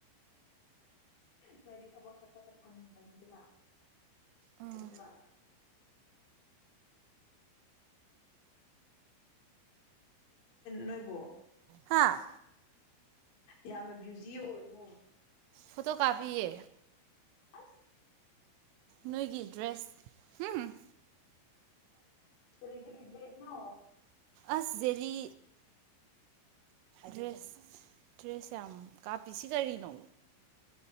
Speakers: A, on the left (about 70°); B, on the right (about 85°).
A: ꯅꯣꯏꯗꯤ ꯊꯕꯛ ꯆꯠ ꯆꯠ ꯆꯠ ꯐꯪꯈ꯭ꯔꯅꯤꯗꯅ
B: ꯎꯝ
A: ꯑꯗꯨꯒ
B: <unintelligible>
A: ꯅꫭꯏꯕꯣ
B: ꯍꯥꯥ
A: ꯌꯥꯝꯅ ꯕꯌꯨꯖꯤ ꯑꯣꯏꯕꯣ
B: ꯐꯣꯇꯣ ꯀꯥꯄꯤꯌꯦ
A: ꯑ
B: ꯅꯣꯏꯒꯤ ꯗ꯭ꯔꯦꯁ ꯎꯝ
A: ꯀꯔꯤꯒꯤ ꯗꯗꯦꯁꯅꯣ
B: ꯑꯁ ꯖꯦꯔꯤ ꯗ꯭ꯔꯦꯁ ꯗ꯭ꯔꯦꯁ ꯌꯥꯝ ꯀꯥꯞꯄꯤꯁꯤ ꯀꯔꯤꯅꯣ